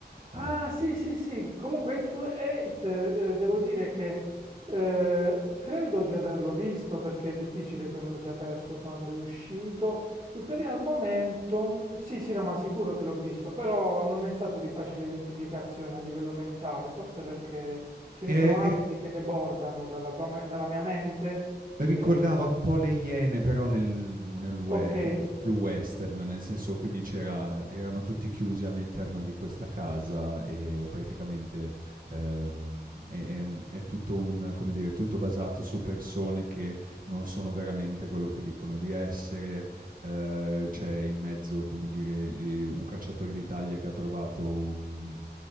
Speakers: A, on the right; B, on the right.
A: Ehm,
B: Ah, sì, sì, sì. Comunque, Hateful Eight, eh, devo dire che eh, credo di averlo visto perché è difficile che me lo sia perso quando è uscito. Tuttavia, al momento, mm, sì, sì, no, ma sicuro che l'ho visto, però non è stato di facile identificazione a livello mentale, forse perché ce ne
A: e
B: sono altri
A: e
B: che debordano dalla tua me- dalla mia mente.
A: Ricordava
B: Eh,
A: un po' le Iene, però nel nel we
B: ok.
A: più western, nel senso quindi c'era erano tutti chiusi all'interno di questa casa e praticamente, ehm, è è un è tutto un come dire, tutto basato su persone che non sono veramente quello che dicono di essere. Ehm, c'è in mezzo, come dire, i un cacciatore di taglie che ha trovato un